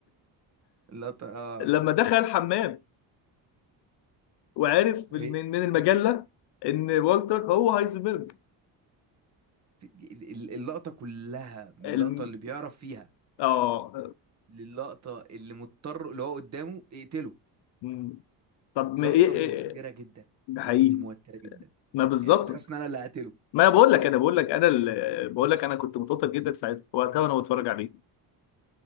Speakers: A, on the right; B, on the left.
A: اللقطة اه
B: لما دخل الحمام وعارف من
A: هي-
B: من المجله ان والتر هو هايزنبرج
A: ال- ال- اللقطة كلها من
B: الم...
A: اللقطة اللي بيعرف فيها
B: اه
A: للقطة اللي مضطر اللي هو قدامه اقتله
B: مم. طب ما
A: لقطة
B: ايه إيه- إيه؟
A: موترة جدا
B: ده حقيقي
A: اللقطة دي موترة جدا
B: ما بالظبط
A: يعني كنت حاسس ان انا اللي هقتله
B: ما بقول لك انا بقول لك انا ال- بقول لك انا كنت متوتر جدا ساعتها وقتها وانا بتفرج عليه